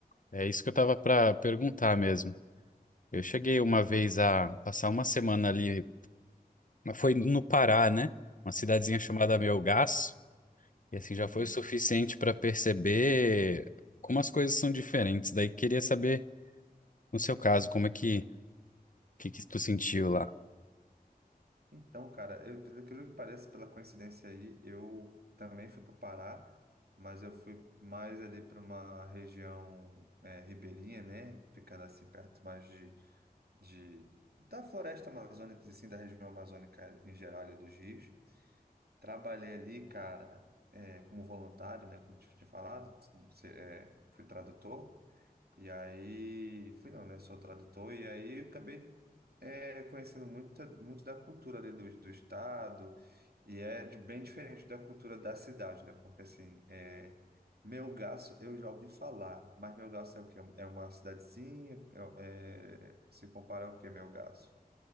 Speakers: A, on the left (about 55°); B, on the right (about 80°).
A: é isso que eu tava para perguntar mesmo. Eu cheguei uma vez a passar uma semana ali, mas foi no Pará, né? Uma cidadezinha chamada
B: Uhum,
A: Melgaço, e assim já
B: uhum.
A: foi o suficiente para perceber como as coisas são diferentes. Daí queria saber, no seu caso, como é que que, que tu sentiu lá?
B: Então, cara, eu, pelo aquilo que parece, pela coincidência aí, eu também fui para o Pará, mas eu fui mais ali para uma região eh, ribeirinha, né? Ficando assim perto mais de de, da floresta amazônica, e sim, da região amazônica em geral, ali dos rios. Trabalhei ali, cara, é, como voluntário, né, como eu tinha falado, se- é, fui tradutor. E aí, fui não, né? Sou tradutor, e aí acabei é, conhecendo muito, muito da cultura ali do, do estado, e é de- bem diferente da cultura da cidade, né? Porque assim, é, Melgaço eu já ouvi falar, mas Melgaço é o quê? É uma cidadezinha, é- é- se comparar ao quê, Melgaço?